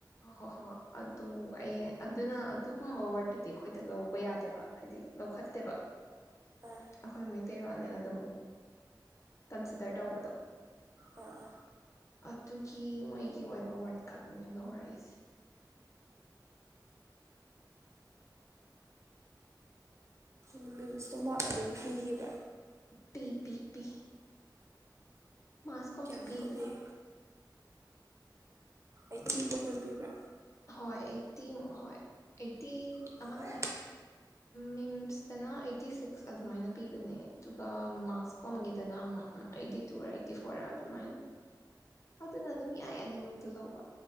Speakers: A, on the left; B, on the right.
A: ꯍꯣꯏ ꯍꯣꯏ ꯑꯗꯨ ꯑꯩ ꯑꯗꯨꯅ ꯑꯗꯨꯒꯨꯝꯕ ꯋꯔꯠꯇꯨꯗꯤ ꯑꯩꯈꯣꯏꯗ ꯂꯧꯕ ꯌꯥꯗꯦꯕ ꯍꯥꯏꯗꯤ ꯂꯧꯈꯠꯇꯦꯕ
B: ꯑꯥ ꯑꯣꯀꯦ.
A: ꯑꯩꯈꯣꯏ ꯃꯩ ꯇꯦꯔꯣꯅꯦꯅ ꯑꯗꯨꯝ ꯀꯟꯁꯤꯗꯔ ꯇꯧꯕꯗꯣ
B: ꯑ
A: ꯑꯗꯨꯒꯤ ꯃꯣꯏꯒꯤ ꯑꯣꯏꯕ ꯋꯥꯔꯗ ꯈꯛꯅꯦ ꯂꯧꯔꯛꯏꯁꯦ
B: ꯂꯤꯕꯤꯟꯁꯇꯣ ꯃꯥ ꯑꯗꯨꯝ ꯄꯤꯈꯤꯕ꯭ꯔꯥ
A: ꯄꯤ ꯄꯤ ꯄꯤ ꯃꯥꯥꯛꯁꯀꯣꯝꯁꯨ
B: ꯀꯌꯥꯃꯨꯛꯀ
A: ꯄꯤꯕꯅꯦ
B: ꯄꯤꯒꯦ ꯑꯀꯤꯕꯍꯟꯕꯤꯕ꯭ꯔ
A: ꯍꯣꯏ ꯑꯩꯠꯇꯤꯃꯨꯛ ꯍꯣꯏ ꯑꯩꯠꯇꯤ
B: ꯑꯥ
A: ꯑꯃꯅ ꯃꯤꯝꯁꯇꯅ ꯑꯩꯠꯇꯤ ꯁꯤꯛꯁ ꯑꯗꯨꯃꯥꯏꯅ ꯄꯤꯕꯅꯦ ꯑꯗꯨꯒ ꯃꯥꯁ ꯀꯣꯝꯒꯤꯗꯅ ꯑꯩꯠꯇꯤ ꯇꯨꯔꯥ ꯑꯩꯠꯇꯤ ꯐꯣꯔꯔꯥ ꯑꯗꯨꯃꯥꯏꯅ ꯑꯗꯨꯅ ꯑꯗꯨꯝ ꯌꯥꯏ ꯑꯅꯤꯃꯛꯇꯨ ꯂꯧꯕ